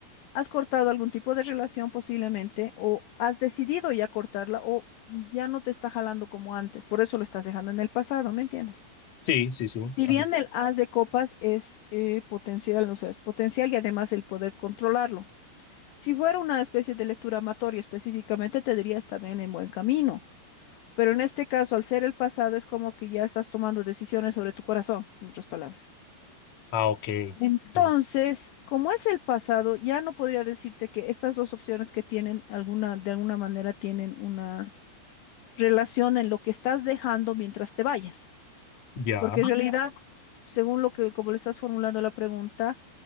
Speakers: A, on the left; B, on the left.
A: Has cortado algún tipo de relación posiblemente, o has decidido ya cortarla, o ya no te está jalando como antes, por eso lo estás dejando en el pasado, ¿me entiendes?
B: Sí, sí, sí.
A: Si
B: Ah,
A: bien el as de copas es eh, potencial, o sea, es potencial y además el poder controlarlo. Si fuera una especie de lectura amatoria específicamente, te dirías también en buen camino. Pero en este caso, al ser el pasado, es como que ya estás tomando decisiones sobre tu corazón, en otras palabras.
B: ah, ok,
A: Entonces,
B: sí,
A: como es el pasado, ya no podría decirte que estas dos opciones que tienen alguna, de alguna manera tienen una relación en lo que estás dejando mientras te vayas.
B: ya.
A: Porque en Ya. realidad, según lo que, como le estás formulando la pregunta,